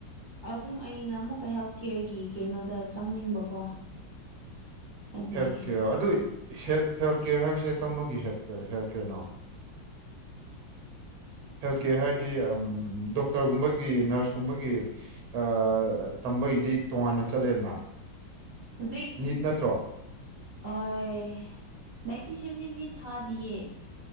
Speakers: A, on the right (about 45°); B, on the right (about 90°).
A: ꯑꯗꯨꯝ ꯑꯩꯅ ꯑꯃꯨꯛꯀ ꯍꯦꯜꯊ ꯀꯦꯌꯔꯒꯤ ꯀꯩꯅꯣꯗ ꯆꯪꯅꯤꯡꯕꯀꯣ
B: <inaudible>
A: ꯑꯗꯨꯒꯤ
B: ꯍꯦꯜꯊ ꯀꯦꯌꯔ ꯑꯗꯨ ꯍꯦꯜꯊ ꯀꯦꯌꯔ ꯍꯥꯏꯔꯤꯁꯦ ꯀꯔꯝꯕꯒꯤ ꯍꯦꯜꯊ ꯍꯦꯜꯊ ꯀꯦꯌꯔꯅꯣ ꯍꯦꯜꯊ ꯀꯦꯌꯔ ꯍꯥꯏꯔꯗꯤ ꯗꯣꯛꯇꯔꯒꯨꯝꯕꯒꯤ ꯅꯔꯁ ꯀꯨꯝꯕꯒꯤ ꯑ ꯇꯝꯕꯒꯤꯗꯤ ꯇꯣꯉꯥꯟꯅ ꯆꯠꯂꯦꯅ
A: ꯍꯧꯖꯤꯛ
B: ꯅꯤꯠ ꯅꯠꯇ꯭ꯔꯣ
A: ꯑꯣꯏꯌꯦ ꯗꯥꯏꯇꯤꯁꯤꯌꯥꯟꯗꯤ ꯅꯤꯠ ꯊꯥꯗꯤꯌꯦ